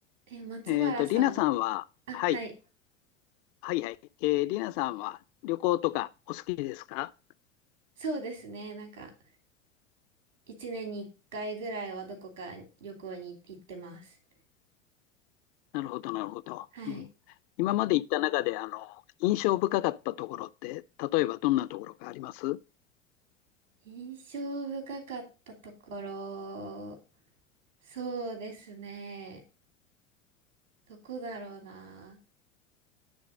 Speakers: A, on the right; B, on the left.
A: え、松原さん、
B: えっと、リナさんは、
A: あ、
B: はい、
A: はい。
B: はいはい。えー、リナさんは旅行とかお好きですか
A: そうですね。なんか、一年に一回ぐらいはどこか旅行に行ってます。
B: なるほど、なるほど。
A: はい。
B: うん、今まで行った中で、あの、印象深かったところって、例えばどんなところがあります
A: 印象深かったところ、そうですね。どこだろうな。